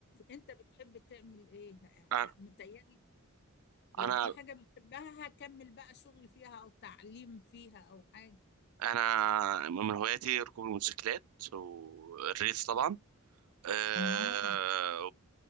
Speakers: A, on the left; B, on the right.
A: انت بتحب تعمل ايه
B: أ-
A: متهيألي لو
B: انا
A: في حاجة بتحبها هكمل بقى شغل فيها او تعليم فيها او حاجة
B: انا من هواياتي ركوب الموتوسيكلات والريس طبعا أه...
A: اه